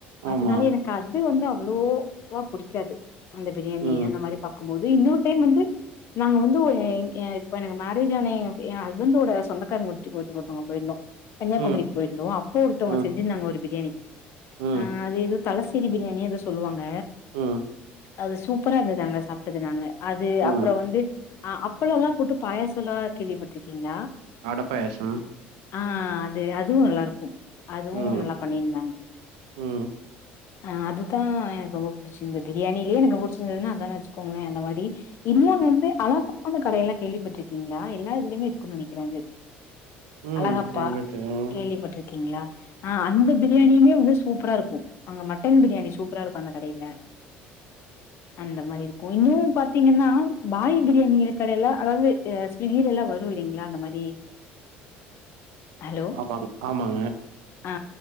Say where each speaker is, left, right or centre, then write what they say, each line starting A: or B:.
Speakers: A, on the right (about 85°); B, on the left (about 55°).
A: ஆமா.
B: அதனால எனக்கு அது வந்து அவ்ளோவா புடிக்காது அந்த பிரியாணி
A: ம்.
B: அந்த மாரி பாக்கும்போது இன்னொரு டைம் வந்து நாங்க வந்து ஒரு ஏ இப்ப எனக்கு மேரேஜ் ஆன எ ஹஸ்பண்டோட சொந்தக்காரக முட்டி போட்டு கொடுத்தங்க போயிருந்தொ கன்னியாகுமரிக்
A: ம்.
B: போயிருந்தோ அப்போ ஒருத்தவ்ங்க
A: ம்.
B: செஞ்சிருந்தாங்க ஒரு பிரியாணி
A: ம்.
B: ஆ அது ஏதொ தள சிரி பிரியாணிய எதொ சொல்லுவாங்க
A: ம்
B: அது சூப்பரா இருந்தது அங்க சாப்ட்டது நாங்க அது
A: ம்.
B: அப்ற வந்து ஆ அப்பள எல்லா போட்டு பாயசல கேள்விப்பட்ருக்கீங்ளா
A: அடபாயசம்
B: ஆ அது அதுவு நல்லா இருக்கு அதுவு
A: ம்.
B: நல்லா பண்ணிய்ந்தாங்க
A: ம்.
B: ஆ அதுதா எனக்கு ரொம்ப புடிச்சிருந்தது பிரியாணிலேயே எனக்கு புடிச்சிருந்ததுன்னா அதானே வச்சுக்கோங்களே அந்த மாரி இன்னொனு வந்து அழகப்பந்த கடையெல்லா கேள்விப்பட்ருக்கீங்ளா எல்லா இதுலிமே இருக்குன் நினைக்றே அது
A: ம்.
B: அழகப்பா
A: கேள்விப்பட்டுருக்கேன்.
B: கேள்விப்பட்ருக்கீங்ளா ஆ அந்த பிரியாணியுமே வந்து சூப்பரா இருக்கு அங்க மட்டன் பிரியாணி சூப்பரா இருக்கு அந்த கடைய்ல அந்த மாரி இருக்கு இன்னு பாத்தீங்கன்னா பாய் பிரியாணி கடையெல்லா அதாவ்து அ நீர் எல்லா வரு இல்லைங்ளா அந்த மாரி ஹலோ
A: ஆமாங் ஆமாங்க
B: ஆ